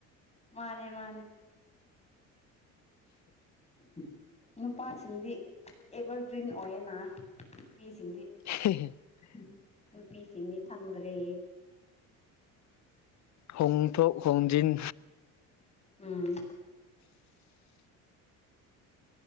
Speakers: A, on the left; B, on the left.
A: ꯃꯥꯅꯦ - ꯃꯥꯅꯦ꯫ <unintelligible> ꯅꯨꯄꯥꯁꯤꯡꯗꯤ ꯑꯦꯚꯔꯒ꯭ꯔꯤꯟ ꯑꯣꯏꯌꯦꯅꯥ ꯅꯨꯄꯤꯁꯤꯡꯗꯤ
B: <unintelligible>
A: ꯑꯟꯏꯟꯇꯦꯜꯂꯤꯖꯦꯕꯜ ꯅꯨꯄꯤꯁꯤꯡꯗꯤ ꯐꯪꯗ꯭ꯔꯦ
B: ꯍꯣꯡꯊꯣꯛ ꯍꯣꯡꯖꯤꯟ
A: ꯎꯝ